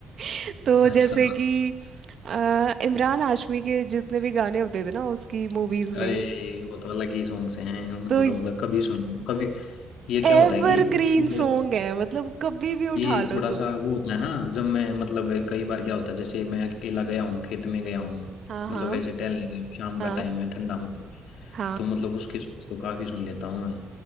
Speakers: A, on the right; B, on the left.
A: <laughs> तो
B: अच्छा
A: जैसे कि अ, इमरान हाशमी के जितने भी गाने होते थे ना उसकी मूवीज
B: अरे
A: में
B: वो तो अलग ही सॉन्ग्स हैं उनको
A: तो
B: तो मतलब कभी सुन कभी ये क्या
A: एवरग्रीन
B: होता है कि जब
A: सॉन्ग है मतलब कभी भी
B: ये
A: उठा लो
B: थोड़ा
A: तुम
B: सा वो होता है ना जब मैं मतलब कई बार क्या होता है जैसे मैं अकेला गया हूँ खेत में गया हूँ
A: हाँ
B: मतलब
A: हाँ
B: वैसे टहलने गया हूँ, शाम
A: हाँ
B: का टाइम है ठंडा मौसम है,
A: हाँ
B: तो मतलब उसके songs तो काफी सुन लेता हूँ मैं